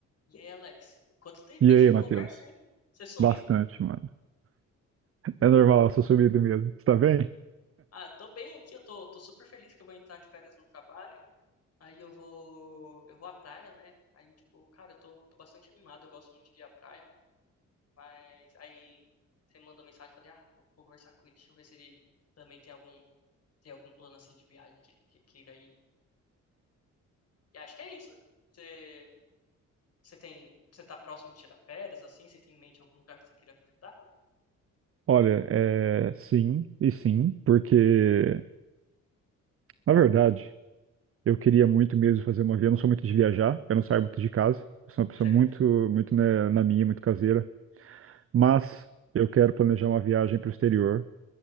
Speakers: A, on the left (about 55°); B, on the right (about 45°).
A: E aí, Alex, quanto tempo
B: E
A: que a gente
B: aí,
A: não
B: Matheus?
A: conversa, hein? Você sumiu?
B: Bastante, mano. É normal, eu sou sumido mesmo. Você tá bem?
A: Ah, tô bem aqui, eu tô, tô super feliz que eu vou entrar de férias no trabalho. Aí eu vou, eu vou à praia, né? Aí, tipo, cara, eu tô, tô bastante animado, eu gosto muito de ir à praia. Mas aí você mandou mensagem, falei, ah, vou, vou conversar com ele, deixa eu ver se ele também tem algum, tem algum plano assim de viagem que ele que- queira ir. E acho que é isso. Você, você tem, você tá próximo de tirar férias, assim? Você tem em mente algum lugar que você queira visitar?
B: Olha, é sim e sim, porque, na verdade, eu queria muito mesmo fazer uma viagem. Eu não sou muito de viajar, eu não saio muito de casa. Eu sou uma pessoa
A: Certo,
B: muito, muito né, na minha, muito caseira. Mas eu quero planejar uma viagem para o exterior.